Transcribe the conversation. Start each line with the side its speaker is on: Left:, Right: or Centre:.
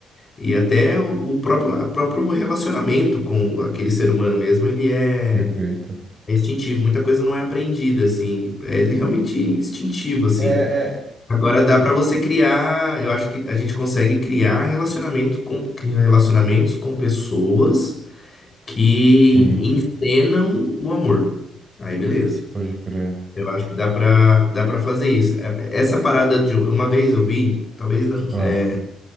Left: E até o o próprio, a próprio relacionamento com aquele ser humano mesmo, ele é
Right: perfeito.
Left: é instintivo. Muita coisa não é aprendida, assim. É realmente instintivo, assim.
Right: É, é.
Left: Agora dá para você criar, eu acho que a gente consegue criar relacionamento com, relacionamentos com pessoas que
Right: Sim,
Left: encenam o amor. Aí, beleza.
Right: pode crer.
Left: Eu acho que dá para dá para fazer isso. É- Essa parada de uma vez eu vi, talvez não,
Right: Ah,
Left: é,